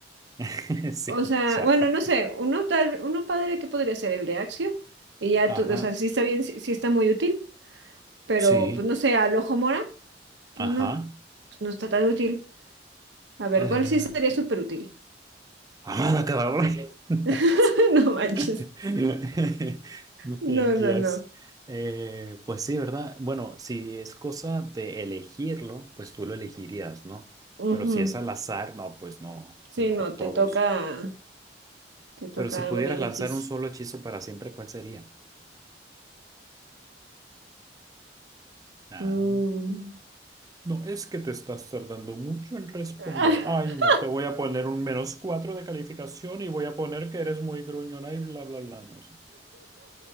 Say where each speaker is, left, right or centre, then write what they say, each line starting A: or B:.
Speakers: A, on the right; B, on the right.
A: <laughs> Sí,
B: o sea,
A: chafa.
B: bueno, no sé, uno tal, uno padre que podría ser el de Axio, y ya,
A: Ajá,
B: tú- o sea, sí está bien, sí, sí está muy útil, pero
A: sí,
B: pues no sé, al ojo mora, pues
A: ajá.
B: no, pues no está tan útil. A ver,
A: Ah,
B: ¿cuál sí sería súper útil?
A: amada cabrón. <laughs>
B: <laughs> No manches.
A: <laughs>
B: No,
A: Yes.
B: no, no.
A: Eh, pues sí, ¿verdad? Bueno, si es cosa de elegirlo, pues tú lo elegirías, ¿no? Pero
B: Ujú.
A: si es al azar, no, pues no,
B: Sí,
A: mejor
B: no,
A: todos.
B: te toca, te toca
A: Pero si pudieras
B: algo bien
A: lanzar
B: X.
A: un solo hechizo para siempre, ¿cuál sería? Ah.
B: Mm.
A: No, es que te estás tardando mucho en responder.
B: <laughs>
A: Ay, no, te voy a poner un menos cuatro de calificación y voy a poner que eres muy gruñona y bla, bla, bla. No sé.